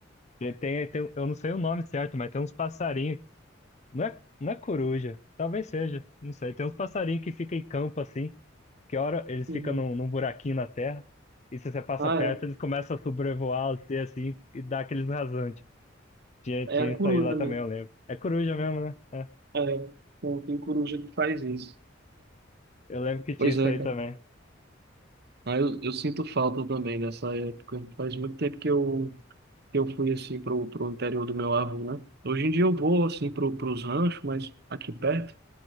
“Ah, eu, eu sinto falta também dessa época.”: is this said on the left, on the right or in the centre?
Right